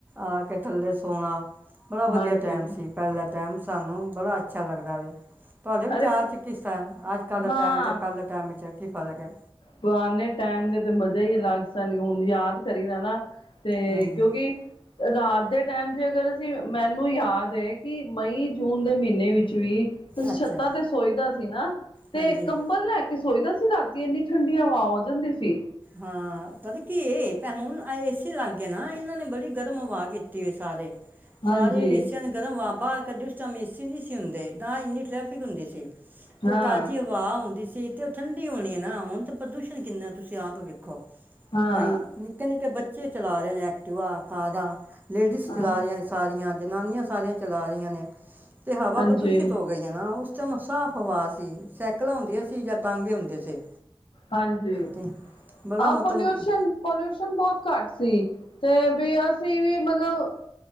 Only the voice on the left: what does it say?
ਹਾਂਜੀ
ਅਰੇ
ਹਾਂ
ਪੁਰਾਣੇ ਟਾਈਮ ਦੇ ਤੇ ਮਜ਼ੇ ਈ ਅਲੱਗ ਸਨ, ਹੁਣ ਯਾਦ ਕਰੀ ਦਾ ਨਾ ਤੇ
ਕਿਉਂਕਿ, ਰਾਤ ਦੇ ਟੈਂਮ ਤੇ ਅਗਰ ਅਸੀਂ ਮੈਨੂੰ ਯਾਦ ਐ ਕਿ ਮਈ-ਜੂਨ ਦੇ ਮਹੀਨੇ ਵਿੱਚ ਵੀ ਤੁ
ਛੱ ਤਾਂ ਤੇ ਸੋਈ ਦਾ ਸੀ ਨਾ ਤੇ
ਕੰਬਲ ਲੈ ਕੇ ਕੀ ਸੋਚਦਾ ਸੀ ਰਾਤੀ ਇੰਨੀ ਠੰਡੀ ਹਵਾ ਹੋ ਜਾਂਦੀ ਸੀ।
ਹਾਂਜੀ
ਹਾਂ
ਹਾਂ
ਹਾਂ
ਹਾਂਜੀ
ਹਾਂਜੀ।
ਆਹ
ਪਲਿਊਸ਼ਨ-ਪਲਿਊਸ਼ਨ ਬਹੁਤ ਘੱਟ ਸੀ ਤੇ ਬੀ ਅ ਸੀ ਵੀ ਮਤਲਬ,